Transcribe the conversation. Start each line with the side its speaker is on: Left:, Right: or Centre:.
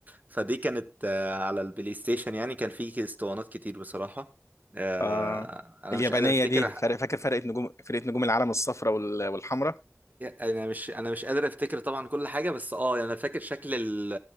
Right: فدي كانت آه، على البلاي ستيشن يعني كان في اسطوانات كتير بصراحة آه،
Left: اه
Right: انا
Left: اليابانية
Right: مش قادر افتكر
Left: دي
Right: ح-
Left: فرق فاكر فرقة نجوم فرقة نجوم العالم الصفراء والحمراء
Right: انا مش انا مش قادر افتكر طبعا كل حاجة بس اه يعني انا فاكر شكل ال-